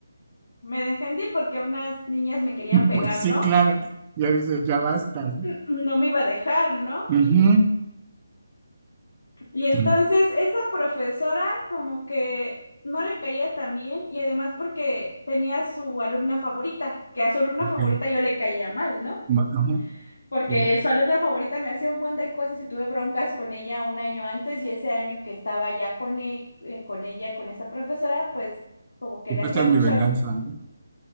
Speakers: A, on the left; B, on the right.
A: me defendí porque unas niñas me querían pegar,
B: pues
A: ¿no?
B: sí, claro. Ya dices, ya basta.
A: <clears throat>
B: ¿no?
A: No me iba a dejar, ¿no?
B: Ujú.
A: Y entonces
B: <clears throat>
A: esa profesora como que no le caía tan bien y además porque tenía su alumna favorita, que a su alumna
B: Ok.
A: favorita yo le caía mal, ¿no?
B: Ma- Ajá.
A: Porque
B: ya.
A: su alumna favorita me hacía un buen de cosas y tuve broncas con ella un año antes y ese año que estaba ya con, e- eh, con ella, con esa profesora, pues como que
B: Pues
A: le hacía
B: Esta es
A: mucho...
B: mi venganza.
A: el-
B: ¿no?